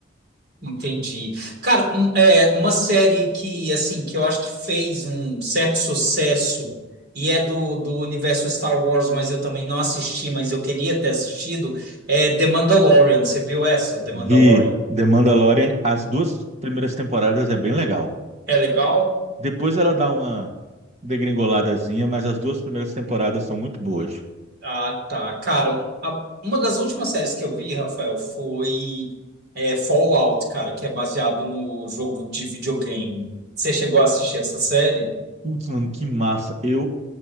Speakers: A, on the right (about 55°); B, on the right (about 35°).
A: Entendi. Cara, um- é, uma série que, assim, que eu acho que fez um certo sucesso e é do, do universo Star Wars, mas eu também não assisti, mas eu queria ter assistido, é The Mandalorian. Você viu essa, The
B: vi
A: Mandalorian?
B: The Mandalorian. As duas primeiras temporadas é bem legal.
A: É legal?
B: Depois ela dá uma degringoladazinha, mas as duas primeiras temporadas são muito boas.
A: Ah, tá. Cara, um- a- uma das últimas séries que eu vi, Rafael, foi é, Fallout, cara, que é baseado no jogo de videogame. Você chegou a assistir essa série?
B: Putz, mano, que massa. Eu